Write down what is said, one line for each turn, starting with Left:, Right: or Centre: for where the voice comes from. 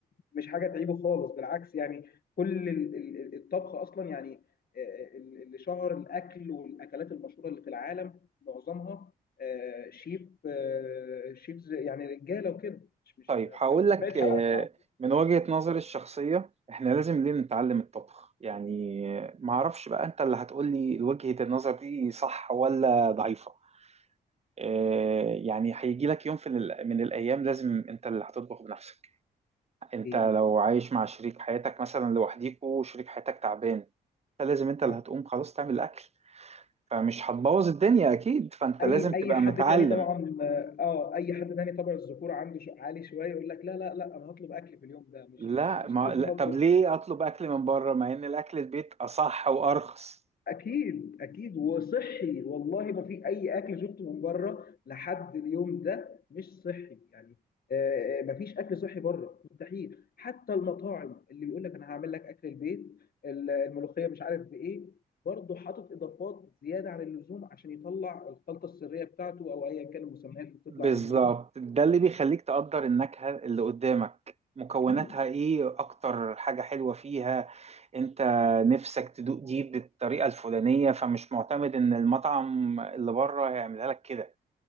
Left: مش حاجه تعيبه خالص بالعكس يعني كل ال- ال- الطبخ اصلا يعني آه، ال- اللي شهر الاكل والاكلات المشهوره اللي في العالم معظمها آه، شيف آه، شيفز يعني رجاله وكده مش مش
Right: طيب هقول
Left: ما ما سمعتش
Right: لك آه،
Left: عن
Right: من وجهة نظري الشخصية احنا لازم ليه نتعلم الطبخ يعني آه، معرفش بقى انت اللي هتقولي وجهة النظر دي صح ولا ضعيفة آه، يعني هيجي لك يوم في ال- من الأيام لازم أنت اللي هتطبخ بنفسك أنت
Left: اكيد
Right: لو عايش مع شريك حياتك مثلا لوحديكوا وشريك حياتك تعبان فلازم أنت اللي
Left: اه
Right: هتقوم خلاص تعمل الأكل فمش هتبوظ الدنيا أكيد فأنت
Left: اي
Right: لازم تبقى
Left: اي حد
Right: متعلم
Left: تاني طبعا اه آه، اي حد تاني طبع الذكوره عنده شو عالي شويه يقول لك لا لا لا انا هطلب اكل في اليوم ده مش
Right: لا
Left: مش مش
Right: ما
Left: لازم
Right: لا
Left: اطبخ
Right: طب ليه أطلب أكل من بره مع إن الأكل البيت أصح وأرخص
Left: اكيد اكيد وصحي والله ما في اي اكل شفته من بره لحد اليوم ده مش صحي يعني آه، آه، ما فيش اكل صحي بره مستحيل حتى المطاعم اللي بيقول لك انا هعمل لك اكل البيت ال- الملوخيه مش عارف بايه برضه حاطط اضافات زياده عن اللزوم عشان يطلع الخلطه السريه بتاعته او ايا كان المسميات اللي بتطلع
Right: بالظبط
Left: اليومين دول
Right: ده اللي بيخليك تقدر النكهة اللي قدامك مكوناتها
Left: اكيد
Right: ايه اكتر حاجة حلوة فيها انت نفسك تدوق دي بالطريقة الفلانية فمش معتمد ان المطعم اللي بره هيعملها لك كده